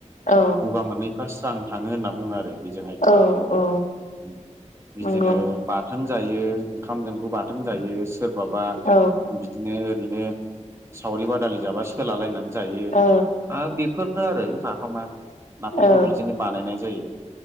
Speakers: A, on the left; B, on the right.
A: औ
B: गगा मोन्नायफ्रा स्रां थाङो होनना बुङो आरो । बेजोंहाय
A: औ औ
B: उम बिदिनो
A: नंगौ
B: बा थोन जायो ओंखामजोंबो बाथोन जायो सोरबाबा
A: औ
B: बिदिनो ओरैनो सावरि बादालि जाबा सोला लायनानै जायो
A: औ
B: आर बे फोरनो आरो नाफामा नाफामखौ
A: औ
B: बिदिनो बानायनाय जायो ।